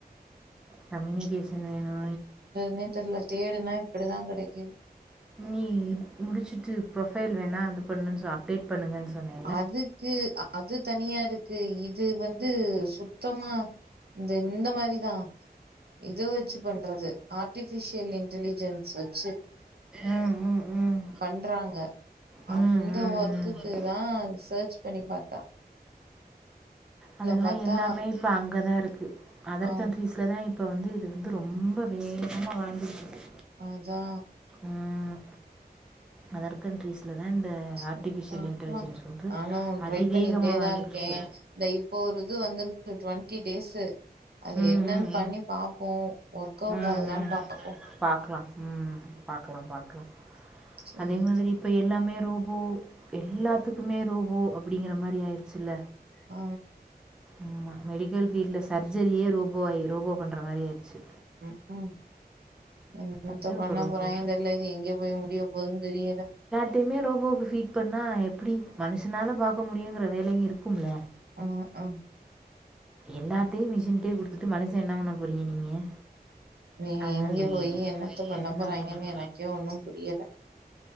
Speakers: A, in the centre; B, on the right.
A: கம்யூனிகேஷன் வேணு
B: னே தெர்ல தேடுன இப்டிதா கடைக்கிது
A: நீ இது முடிச்சுட்டு ப்ரொஃபைல் வேணா அது பண்ணுன் சொ அப்டேட் பண்ணுங்கன் சொன்னே
B: அதுக்கு அது தனியா இருக்கு இது வந்து சுத்தமா இந்த இந்த மாரிதா இத வெச்சு பண்றது ஆர்டிஃபிஷியல் இன்டலிஜென்ஸ் வெச்
A: அ ம் ம் ம்
B: பண்றாங்க
A: ம்,
B: அந்த
A: ம்,
B: ஒர்க்குக்குதா
A: ம்.
B: செர்ச் பண்ணி பாத்த
A: அதெல்லா
B: பாத்தா
A: எல்லாமே இப்போ அங்கதா இருக்கு அதர்
B: ஆம்
A: கண்ட்ரிஸ் இதுலதா இப்ப வந்து இது வந்து ரொம்ப வேகமா வளர்ந்துட்ருக்கு
B: அத்தா
A: ம் அதர் கண்ட்ரிஸ்லதா இந்த
B: செரி
A: ஆர்டிஃபிஷியல்
B: பாக்கலா
A: இன்டலிஜென்ஸ் வந்து
B: நானு ட்ரை
A: அதிவேகமா
B: பண்ணிக்கிட்டே
A: வாழந்துட்ருக்கு
B: தா இருக்கே இந்த இப்போ ஒரு இது வந்துருக்கு டுவெண்ட்டி டேஸு அது
A: ம்
B: என்னன்
A: ம்
B: பண்ணி பாப்போ ஒர்க் அவுட்
A: ம்
B: ஆகுதான்னு
A: ம்
B: பாப்போ
A: பாக்கலா ம் ம் பாக்கலா பாக்கலா
B: சேரி
A: அதே மாதிரி இப்ப எல்லாமே ரோபோ இப்ப எல்லாத்துக்குமே ரோபோ அப்டிங்கிற மாரி ஆய்ருச்சுல
B: ஆ
A: ஆமா மெடிக்கல் ஃபீல்ட்ல சர்ஜரியே ரோபோ ஆகி ரோபோ பண்ற மாரி ஆய்ருச்சு
B: ம் ம் என்னத்த பண்ண
A: இப்போ ரோபோ
B: போறாய்ங்க தெர்ல இது எங்கே போய் முடிய போதுன் தெரியல
A: எத்தயுமே ரோபோவுக்கு ஃபீட் பண்ணா எப்டி மனுஷனால பாக்க முடியுங்குற வேலையு இருக்கும்ல
B: ஆமா ஆ
A: எல்லாத்தையு மிஷின்கே குடுத்துட்டு மனுச என்ன பண்ண போறீங்க நீங்க
B: இவிங்க
A: அதான்
B: எங்க
A: தெரியல
B: போய் என்னத்த பண்ண
A: என்ன
B: போறாய்ங்கன்
A: ஆகலாம்
B: எனக்கே ஒன்னு புரியல